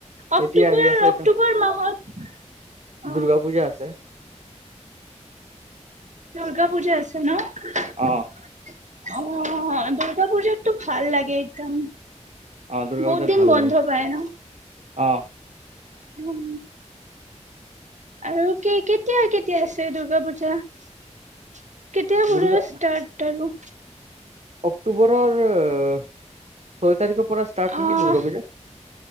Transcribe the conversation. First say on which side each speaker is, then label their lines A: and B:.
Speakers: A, on the right; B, on the right.
A: অক্টোবৰ
B: এতিয়া আহি আছে একদম
A: অক্টোবৰ মাহত অ
B: দুৰ্গা পূজা আছে,
A: দুৰ্গা পূজা আছে, ন!
B: অ',
A: অ' দূৰ্গা পূজাতটো ভাল লাগে একদম।
B: অ', দুৰ্গা
A: বহুত
B: পূজাত
A: দিন
B: ভাল
A: বন্ধ
B: লাগে।
A: পায় ন?
B: অ'।
A: উম। আৰু কেতিয়া কেতিয়া আছে দূৰ্গা পূজা? কেতিয়াৰ
B: দুৰ্গা
A: পৰা ষ্টাৰ্ট আৰু।
B: অক্টোবৰৰ ছয় তাৰিখত পৰা ষ্টাৰ্ট
A: অ
B: নেকি দূৰ্গা পূজা?